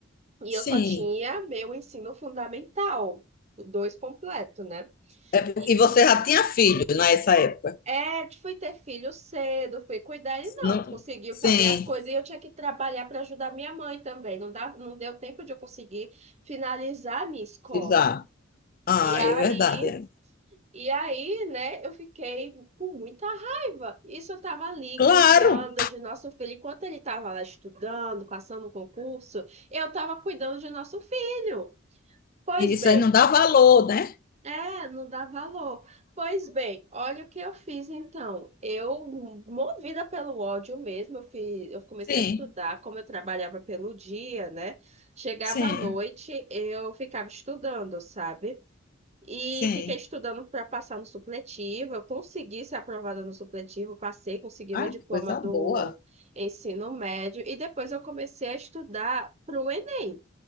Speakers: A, on the right (about 35°); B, on the left (about 45°).
A: E
B: Sim.
A: eu só tinha meu ensino fundamental, o dois completo, né?
B: É porque-
A: E
B: e você já tinha filho nessa época?
A: é, fui ter filho cedo, fui cuidar, ele não
B: Não,
A: conseguiu
B: sim,
A: fazer as coisas e eu tinha que trabalhar para ajudar minha mãe também. Não dá, não deu tempo de eu conseguir finalizar a minha escola.
B: exato. Ah,
A: E aí,
B: é verdade. é.
A: e aí, né, eu fiquei com muita raiva. Isso eu tava ali
B: Claro,
A: cuidando de nosso filho, enquanto ele tava lá estudando, passando o concurso, eu tava cuidando de nosso filho. Pois
B: isso
A: bem.
B: aí não dá valor, né?
A: É, não dá valor. Pois bem, olha o que eu fiz então. Eu, movida pelo ódio mesmo, eu fiz, eu comecei
B: Sim,
A: a estudar, como eu trabalhava pelo dia, né? Chegava
B: sim,
A: à noite, eu ficava estudando, sabe? E
B: sim.
A: fiquei estudando para passar no supletivo. Eu consegui ser aprovada no supletivo, passei, consegui
B: Ai,
A: meu diploma
B: que coisa
A: do
B: boa.
A: ensino médio. E depois eu comecei a estudar para o Enem.